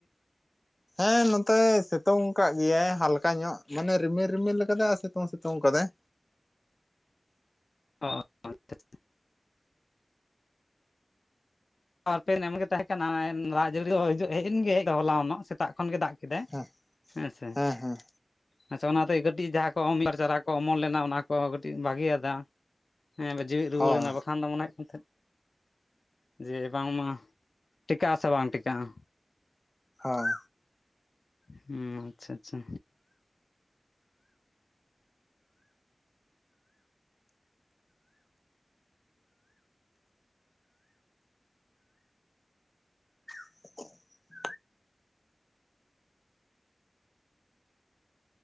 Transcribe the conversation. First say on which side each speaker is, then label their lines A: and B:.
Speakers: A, on the left; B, on the left.
A: ᱦᱮᱸ ᱱᱚᱛᱮ ᱥᱤᱛᱩᱝ ᱟᱠᱟᱫ ᱜᱮᱭᱟᱭ ᱦᱟᱞᱠᱟ ᱧᱚᱜ ᱢᱟᱱᱮ ᱨᱤᱢᱤᱞ ᱨᱤᱢᱤᱞ ᱠᱟᱫᱟᱭ ᱟᱨ ᱥᱤᱛᱩᱝ ᱥᱤᱛᱩᱝ ᱠᱟᱫᱟᱭ᱾
B: ᱚ ᱟᱪᱪᱷᱟ ᱟᱪᱪᱷᱟ ᱟᱨᱯᱮ ᱱᱮᱢᱜᱮ ᱛᱟᱦᱮᱸ ᱠᱟᱱᱟᱭ ᱨᱟᱡᱽ ᱡᱟᱹᱲᱤ ᱦᱚᱸ ᱦᱤᱡᱩᱜ ᱦᱮᱡ ᱮᱱ ᱜᱮ ᱦᱮᱜ ᱫᱚ ᱦᱚᱞᱟ ᱱᱚᱜ ᱥᱮᱛᱟᱜ ᱠᱷᱚᱱ ᱜᱮ ᱫᱟᱜᱼᱼ ᱠᱮᱫᱟᱭ
A: ᱦᱮᱸ
B: ᱦᱮᱸᱥᱮ
A: ᱦᱮᱸ ᱦᱮᱸ
B: ᱟᱪᱪᱷᱟ ᱚᱱᱟᱛᱮ ᱠᱟᱹᱴᱤᱡ ᱡᱟᱦᱟᱸ ᱠᱚ ᱢᱤᱫ ᱵᱟᱨ ᱪᱟᱨᱟ ᱠᱚ ᱚᱢᱚᱱ ᱞᱮᱱᱟ ᱚᱱᱟ ᱠᱚ ᱠᱟᱹᱴᱤᱡ ᱵᱷᱟᱹᱜᱮᱭᱟᱫᱟ ᱦᱮᱸ ᱡᱤᱣᱮᱫ ᱨᱩᱣᱟᱹᱲᱮᱱᱟ
A: ᱦᱳᱭ
B: ᱵᱟᱠᱷᱟᱱ ᱫᱚ ᱢᱚᱱᱮ ᱦᱳᱭᱳᱜ ᱠᱟᱱ ᱛᱟᱦᱮᱸᱫ ᱡᱮ ᱵᱟᱝᱢᱟ ᱴᱤᱠᱟᱹᱜ-ᱟ ᱥᱮ ᱵᱟᱝ ᱴᱤᱠᱟᱹᱜᱼᱟ᱾
A: ᱦᱳᱭ
B: ᱦᱩᱸ ᱟᱪᱪᱷᱟ ᱟᱪᱪᱷᱟ
A: <inaudible>